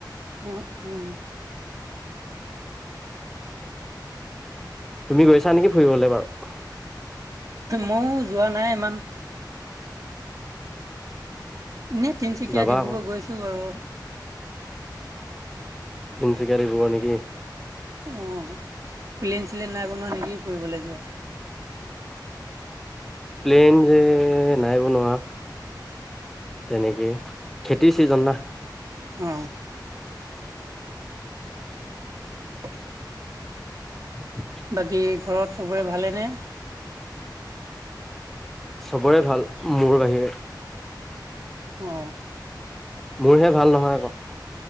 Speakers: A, on the right; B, in the centre.
A: আহ উম,
B: তুমি গৈছা নেকি ফুৰিবলৈ বাৰু
A: মৌ যোৱা নাই ইমান, এনেই তিনচুকীয়া
B: যাবা
A: ডিব্ৰুগড়
B: আকৌ
A: গৈছো বাৰু,
B: তিনচুকীয়া ডিব্ৰুগড় নেকি।
A: অ প্লেইন চিলেইন নাই বনোৱা নেকি ফুৰিবলৈ যোৱা।
B: প্লেন যে নাই বনোৱা। তেনেকে খেতিৰ ছিজন না,
A: অ, <inaudible>
B: <inaudible>
A: বাকী ঘৰত চবৰে ভালেনে?
B: চবৰে ভাল মোৰ বাহিৰে।
A: অ
B: মোৰহে ভাল নহয় আক,